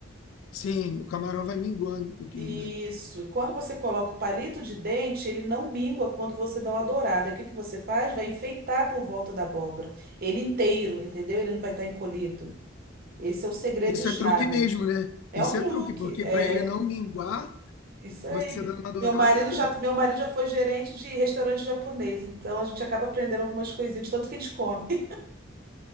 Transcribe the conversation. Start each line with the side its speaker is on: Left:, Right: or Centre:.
Left: sim, o camarão vai minguando um pouquinho,
Right: Isso.
Left: né?
Right: E quando você coloca o palito de dente, ele não mingua quando você dá uma dourada. E o que que você faz? Vai enfeitar por volta da abóbora. Ele inteiro, entendeu? Ele não vai estar encolhido. Esse é o segredo
Left: Isso
Right: e o charme.
Left: é truque mesmo, né?
Right: É
Left: Isso
Right: um truque,
Left: é truque, porque
Right: é.
Left: para ele não minguar,
Right: Isso aí.
Left: você dando uma dourada
Right: Meu marido
Left: é truque.
Right: já, meu marido já foi gerente de restaurante japonês, então a gente acaba aprendendo algumas coisinhas, de tanto que a gente come. <laughs>